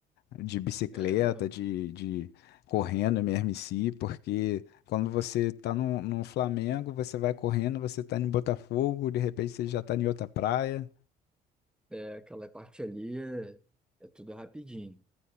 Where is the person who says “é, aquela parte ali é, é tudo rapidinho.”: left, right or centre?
Centre